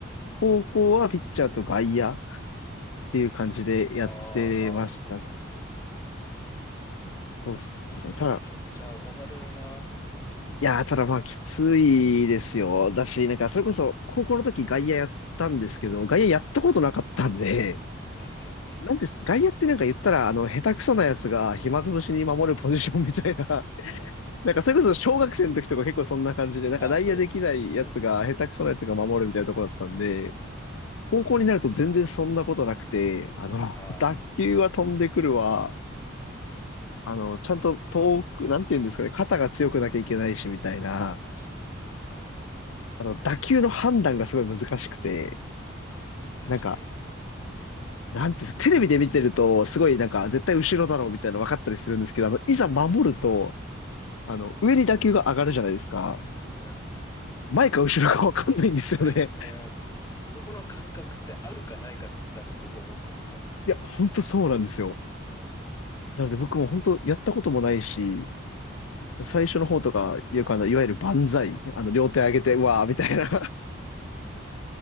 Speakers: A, on the left; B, on the left.
A: 高校はピッチャーと外野っていう感じでやってましたね。
B: ああ、まあ、そうかもしれないですね。
A: そうっすね。
B: いいな、
A: ただ、
B: ピッチャー憧れるな。
A: いやー、ただまあ、きついですよ。だし、なんか、それこそ、高校の時外野やったんですけど、外野やったことなかったんで、
B: うんうんうん。
A: <laughs> なんて、外野ってなんか言ったら、あの、下手くそなやつが暇つぶしに守るポジションみたいな、<laughs> なんか、それこそ小学生の時とか結構そんな感じで、なんか内野できないやつが、
B: ああ、そうですね。うん。
A: 下手くそなやつが守るみたいなところだったんで、
B: そう。
A: 高校になると全然そんなことなくて、あの、
B: ああ、
A: <laughs> 打球は飛んでくるわ、
B: うん。
A: あの、ちゃんと遠く、なんて言うんですかね、肩が強くなきゃいけないし、みたいな。
B: ああ、確かに。うんうんうん
A: あの、打球の判断がすごい難しくて、
B: 確かにそうかもしれない。
A: なんか、なんていうんですか、テレビで見てると、すごいなんか、絶対後ろだろうみたいなの分かったりするんですけど、あの、いざ守ると、あの、上に打球が上がるじゃないですか。
B: うんうん。うんうんうんうん。
A: 前か後ろか分かんないんですよね。
B: わかんない。うん。そこの感覚ってあるかないかだと僕思ってるんですよ。
A: いや、ほんとそうなんですよ。
B: うん。
A: なので僕も本当やったこともないし、
B: あ、
A: 最初の方とか、
B: なるほどね。
A: よくあの、いわゆる万歳、あの、両手上げて、うわーみたいな。<laughs>